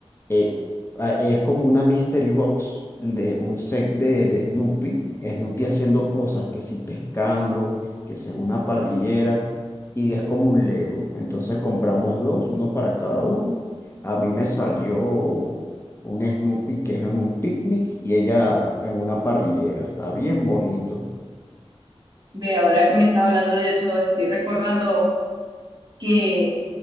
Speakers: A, on the left (about 25°); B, on the right (about 40°).
A: eh, ah, es como una mystery box de un set de, de Snoopy, Snoopy haciendo cosas, que si pescando, que si en una parrillera, y es como un Lego. Entonces compramos dos, uno para cada uno. A mí me salió un Snoopy que es en un picnic y ella en una parrillera. Está bien bonito,
B: Ve, ahora que me estás hablando de eso, estoy recordando que